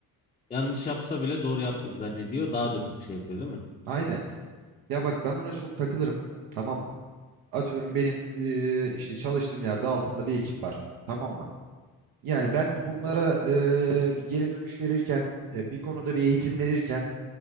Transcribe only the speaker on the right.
Aynen. Ya bak ben buna çok takılırım. Tamam mı? Atıyorum benim eee, işte çalıştığım yerde altımda bir ekip var. Tamam mı? Yani ben
bunlara eee, bir geri dönüş verirken, e, bir konuda bir eğitim verirken